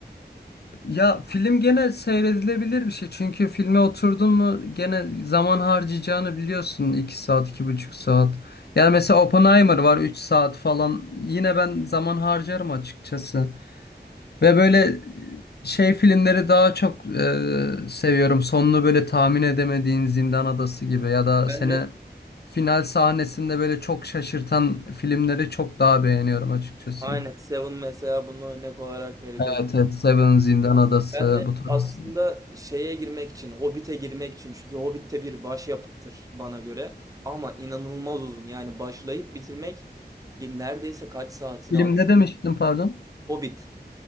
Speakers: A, on the left; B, on the right.
A: Ya film gene seyredilebilir bir şey. Çünkü filme oturdun mu gene zaman harcayacağını biliyorsun. iki saat, iki buçuk saat. Yani mesela Oppenheimer var 3 saat falan. Yine ben zaman harcarım açıkçası. Ve böyle şey filmleri daha çok e, seviyorum. Sonunu böyle tahmin edemediğin Zindan Adası gibi ya da
B: Ben
A: seni
B: de
A: final sahnesinde böyle çok şaşırtan filmleri çok daha beğeniyorum açıkçası.
B: aynen Seven mesela bunun örnek olarak verilebilir.
A: Evet, evet. Seven, Zindan Adası
B: Ben de
A: bu tarz.
B: aslında şeye girmek için, Hobbit'e girmek için çünkü Hobbit'te bir başyapıttır bana göre ama inanılmaz uzun. Yani başlayıp bitirmek ge- neredeyse kaç saatini
A: Film
B: aldı.
A: ne demiştin pardon?
B: Hobbit.